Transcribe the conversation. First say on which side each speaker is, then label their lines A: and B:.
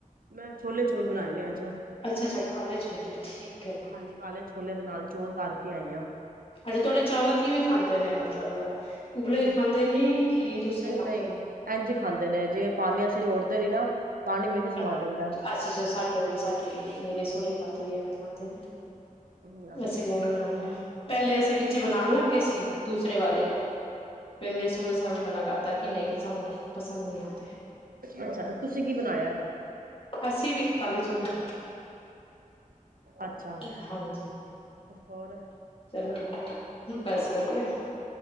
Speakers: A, on the right; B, on the left.
A: ਮੈਂ ਛੋਲੇ ਚੋਲ ਬਣਾਏ ਨੇ ਅੱਜ।
B: ਅੱਛਾ ਅੱਛਾ, ਕਾਲੇ ਛੋਲੇ ਠੀਕ ਐ।
A: ਹਾਂਜੀ ਕਾਲੇ ਛੋਲੇ ਦੇ ਨਾਲ ਚੋਲ ਧਰ ਕੇ ਆਈ ਆ।
B: ਅੱਛਾ ਤੁਆਡੇ ਚਾਵਲ ਕਿਵੇਂ ਖਾਂਦੇ ਨੇ ਮਤਲਬ। ਉਬਲੇ
A: ਹਮ
B: ਖਾਂਦੇ ਨੇ ਕਿ ਦੂਸਰੇ
A: ਨਹੀਂ
B: ਖਾਂਦੇ?
A: ਨਹੀਂ, ਇੰਝ ਈ ਖਾਂਦੇ ਨੇ, ਜਿਵੇਂ ਪਾਣੀ ਅਸੀਂ ਰੋੜਦੇ ਨੀ ਨਾ। ਪਾਣੀ ਵਿੱਚ ਸਮਾ
B: ਅ-ਅੱਛਾ
A: ਜਾਂਦਾ ਹੈ
B: ਅੱਛਾ, ਸਾਡੇ ਵੀ ਸਾਡੇ ਵੀ ਮੇਰੇ ਸੋਰੇ ਘਰਦੇ ਵੀ ਐਵੇਂ ਖਾਂਦੇ ਨੇ।
A: ਹਮ
B: ਲੱਸੀ
A: ਅੱਛਾ
B: ਪੀਆਂਗੇ ਰਾਮ ਨਾ। ਪਹਿਲੇ ਅਸੀਂ ਵਿੱਚ ਬਣਾਣ ਲੱਗ ਗਏ ਸੀ। ਦੂਸਰੇ ਵਾਲੇ। ਫੇ ਮੇਰੇ ਸੋਰੇ ਸਾਬ ਨੇ ਮਨਾ ਕਰਤਾ ਕਿ ਨਹੀਂ ਸਾਨੂੰ ਪਸੰਦ ਨਹੀਂ ਆਂਦਾ।
A: ਅੱਛਾ, ਤੁਸੀਂ ਕੀ ਬਣਾਇਆ?
B: ਅਸੀਂ ਵੀ ਕਾਲੇ ਛੋਲੇ।
A: ਅੱਛਾ
B: ਹਾਂਜੀ।
A: ਹੋਰ?
B: ਏ ਲੇ ਲਵੋ। ਬਸ ਵਧੀਆ।